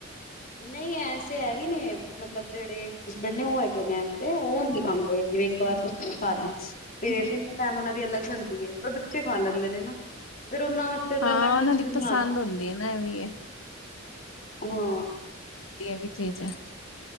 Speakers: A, on the left (about 40°); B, on the left (about 85°).
A: ਨਹੀਂ ਐਸੇ ਐ ਵੀ ਨੇ, ਮਤਲਬ ਜਿਹੜੇ ਹਸਬੈਂਡ ਨੇ ਉਹ ਹੈਗੇ ਨੇ। ਉਹ ਨਹੀਂ ਖਾਂਦੇ, ਜਿਹੜੀ ਇੱਕ ਵਾਰ ਸਬਜ਼ੀ ਖਾ ਲੀ।
B: ਅੱਛਾ
A: ਤੇ ਤਿੰਨ ਟਾਈਮ ਉਹਨਾਂ ਦੀ ਅਲੱਗ ਬਣਦੀ ਏ, ਪਰ ਬੱਚੇ ਖਾ ਲੈਂਦੇ ਨੇ ਨਾ। ਫਿਰ ਉਹਨਾਂ ਵਾਸਤੇ ਤਾਂ
B: ਹਾਂ,
A: ਮੈਂ ਕੁਛ
B: ਉਹਨਾਂ ਦੀ
A: ਵੀ
B: ਪਸੰਦ
A: ਬਣਾ
B: ਹੁੰਦੀ ਏ ਨਾ ਇਹ ਵੀ ਏ।
A: ਹਾਂ।
B: ਵ ਇਹ ਵੀ ਚੀਜ਼ ਐ।